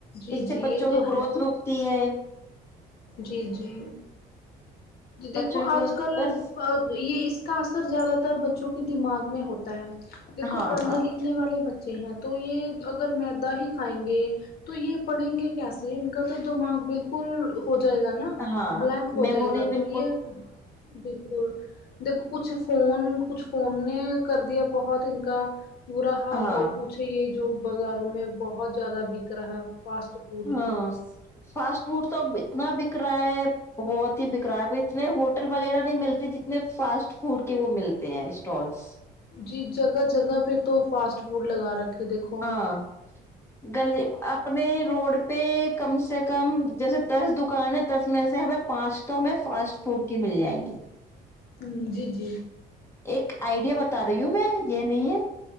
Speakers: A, on the left; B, on the left.
A: جی
B: اس سے
A: جی
B: بچوں
A: یہ تو
B: کی گروتھ
A: ہے
B: رکتی ہے
A: جی جی دیکھو
B: بچوں کی
A: آج
B: گروتھ
A: کل
B: بس
A: یہ اس کا اثر زیادہ تر بچوں کے دماغ میں ہوتا ہے دیکھو
B: ہاں
A: پڑھنے
B: ہاں
A: لکھنے نے والے بچے ہیں تو یہ اگر میدا ہی کھائیں گے تو یہ پڑیں گے کیسے ان کا تو دماغ بالکل ہو جائے گا نا
B: ہاں
A: بلینک ہو
B: میموری بل
A: <unintelligible> بالکل دیکھو کچھ فون کچھ فون نے کر دیا بہت ان کا برا حال
B: ہاں
A: اور کچھ یہ جو بازاروں میں بہت زیادہ بک رہا ہے فاسٹ فوڈ
B: ہاں فاسٹ فوڈ تو اتنا بک رہا ہے بہت ہی بکرا ہے اتنے ہوٹل وغیرہ نہیں ملتے جتنے فاسٹ فوڈ کے وہ ملتے ہیں اسٹالس
A: جی جگہ جگہ پہ تو فاسٹ فوڈ لگا رکھے دیکھو
B: ہاں گلی اپنے روڈ پہ کم سے کم جیسے دس دکان ہے دس میں سے ہمیں پانچ تو ہمیں فاسٹ فوڈ کی مل جائیں گی
A: ھمم جی جی
B: ایک آئیڈیا بتا رہی ہوں میں یہ نہیں ہے